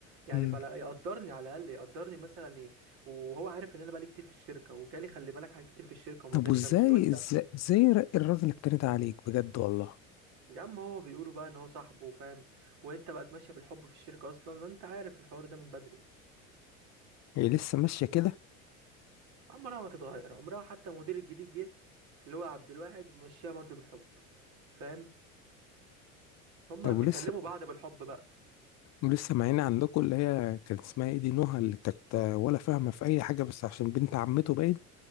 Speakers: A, on the right (about 65°); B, on the left (about 40°).
A: يعني
B: مم.
A: فلا يقدرني على الاقل يقدرني مثلا ي- وهو عارف ان انا بقالي كتير في الشركه وجالي خلي بالك حاجات كتير في الشركه وما
B: طب
A: رضيتش
B: وإزاي
A: امشي وانت
B: إزاي إزاي الر- الراجل اتكلمت عليك بجد والله
A: يا عم هو بيقولوا بقى ان هو صاحبه فاهم وانت بقت ماشيه بالحب في الشركه اصلا انت عارف الحوار ده من بدري
B: هي لسه ماشية كده
A: عمرها ما هتتغير عمرها حتى المدير الجديد جه اللي هو عبد الواحد مشيها برضه بالحب فاهم هما
B: طب
A: بيسلموا
B: ولسه
A: بعض بالحب بقى
B: ولسه معينا عندكم اللي هي كان اسمها ايه دي نهى اللي كانت ولا فاهمة في أي حاجة بس عشان بنت عمته باين